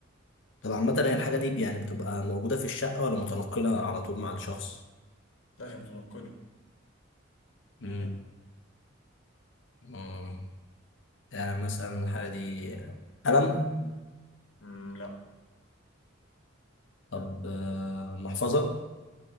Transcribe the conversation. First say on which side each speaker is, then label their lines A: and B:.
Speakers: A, on the left; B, on the left.
A: طب عامة هي الحاجة دي يعني بتبقى موجودة في الشقة ولا متنقلة على طول مع الشخص؟
B: لا هي متنقلة
A: مم. مم. يعني مثلا الحاجة دي قلم
B: مم، لا
A: طب آه، محفظة